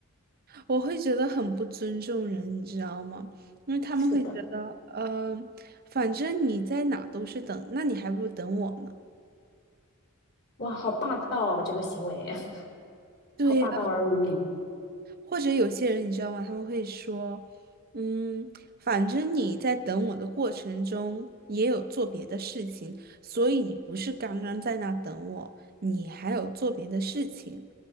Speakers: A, on the right; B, on the left.
A: 我会觉得很不尊重人，你知道吗？因为他们会觉得，
B: 是的，
A: 嗯、反正你在哪都是等，那你还不如等我呢。
B: 哇，好霸道哦，这个行为 <laughs>，
A: 对呀。
B: 好霸道而无理。
A: 或者有些人你知道吗？他们会说，嗯，反正你在等我的过程中也有做别的事情，所以你不是刚刚在那等我，你还有做别的事情，